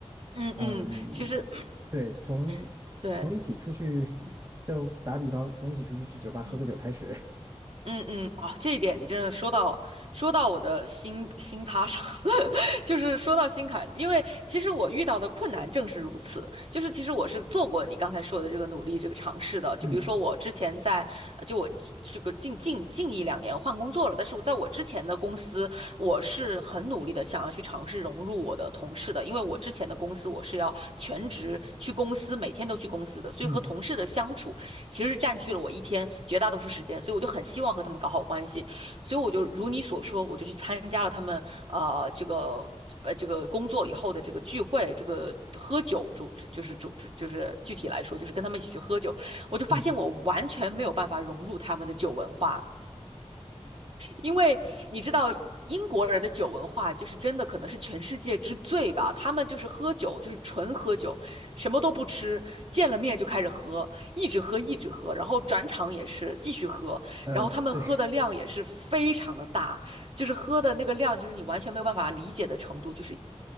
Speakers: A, on the right; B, on the right.
A: 嗯，
B: 嗯，
A: 嗯，其实
B: 对，从从一起出去，
A: <clears throat> 对，嗯
B: 就打比方，从一起出去去酒吧喝个酒开始，
A: 嗯。嗯嗯啊，这一点你真的说到说到我的心心趴上，<laughs> 就是说到心坎，因为其实我遇到的困难正是如此，就是其实我是做过你刚才说的这个努力这个尝试的，就比如说我之前在呃就我这个近近近一两年换工作了，
B: <laughs> 嗯
A: 但是我在我之前的公司，我是很努力的想要去尝试融入我的同事的，因为我之前的公司我是要全职去公司，每天都去公司的，所以和同事的相处。
B: 嗯
A: 其实是占据了我一天绝大多数时间，所以我就很希望和他们搞好关系，所以我就如你所说，我就去参加了他们呃这个呃这个工作以后的这个聚会，这个喝酒主就是主就是具体来说就是跟他们一起去喝酒，我就发现我完全没有办法融入他们的酒文化。
B: 嗯，
A: 因为你知道英国人的酒文化就是真的可能是全世界之最吧，他们就是喝酒，就是纯喝酒，什么都不吃，见了面就开始喝，一直喝一直喝，然后转场也是继续喝，
B: 呃，
A: 然后他们喝的量也是非常的大，
B: 对。
A: 就是喝的那个量就是你完全没有办法理解的程度，就是。